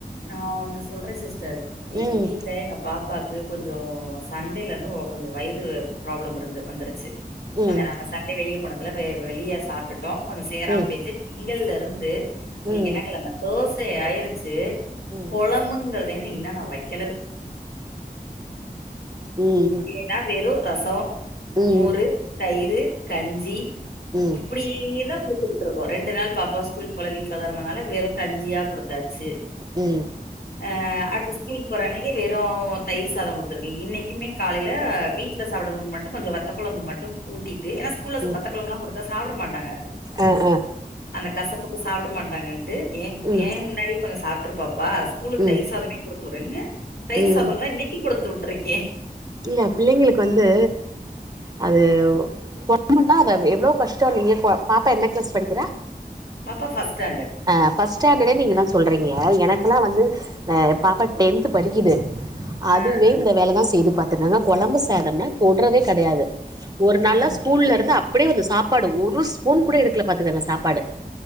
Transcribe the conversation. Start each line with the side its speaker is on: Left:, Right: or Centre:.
Left: நா ஒன்னு சொல்றே சிஸ்டர் எங்க
Right: ம்
Left: வீட்ல எங்க பாப்பாக்கு கொஞ்சோ சண்டேலருந்து ஒ கொஞ்சோ வயிறு ப்ராப்ளம் இருந்து வந்துருச்சி
Right: ம்
Left: கொஞ்ச நாங்க சண்டே வெளிய போனதுல வெ வெளியே சாப்டுட் டோ கொஞ்சோ சேராம்
Right: ம்
Left: பெயிர்ச்சி நிகள்லருந்து இன்னைக்
Right: ம்
Left: என்ன கெழம தேஸ்டே ஆயிருச்சி
Right: ம்
Left: கொழம்புங்றதே நா இன்னு நா வைக்கலவு
Right: ம்
Left: ஏ நா வெறு ரசோ
Right: ம்
Left: மோரு தயிரு கஞ்சி
Right: ம்
Left: இப்டியே தா குடுக்குது ட்ருக்கோ ரெண்டு நாள் பாப்பா ஸ்கூல்க்கு போல வீட்லதா இருந்தனால வெறு கஞ்சியா குடுத்தாச்சி
Right: ம்
Left: ஆ அடுத்து ஸ்கூலுக்கு போற அன்னைக் கி வெறூ தயிர் சாதோ குடுத்துருக்கு இன்னைக்கிமே காலையில வீட்ல சாப்படும் போது மட்டு கொஞ்சோ வத்த கொழம்பு மட்டு ஊட்டிட்டு ஏனா ஸ்கூலஸ்
Right: ம்
Left: வத்த கொழம்புலா குடுத்தா சாப்புட மாட்டாங்க
Right: ஆ ஆ
Left: அந்த கசப்புக்கு சாப்புட மாட்டாங்கன்ட்டு ஏ
Right: ம்
Left: ஏ முன்னாடி கொஞ்சோ சாப்ட்ரு பாப்பாஸ் கூலுக்
Right: ம்
Left: தயிர் சாதமே குடுத்துவுட்றன்னு தயிர்
Right: ம்
Left: சாதோந்தா இன்னைக்கு குடுத்துவுட்ருக்கே
Right: இல்ல பிள்ளைங்களுக்கு வந்து அதுவ் கொழம்புன்னா அதவ் எவ்ளோ கஷ்டோ நீங்கே ப பாப்பா என்ன கிளாஸ் படிக்கிறா
Left: பாப்பா ஃபஸ்டேண்டர்ட்
Right: அ ஃபர்ஸ்ட்டேண்டட நீங்கலா சொல்றிங்க எனக்குலா வந்து அ ஏ பாப்பா டென்த்து படிக்கிது அதுவே
Left: ஆ, ஆ,
Right: இந்த வேலதா செய்து பாத்துக்கங்க கொழம்பு சாதம்னா தொட்றதே கெடையாது ஒரு நாள்லா
Left: ஆ.
Right: ஸ்கூல்லருந்து அப்டியே வந்து சாப்பாடு ஒரு ஸ்பூன் கூட எடுக்கல பாத்துக்கங்க சாப்பாடு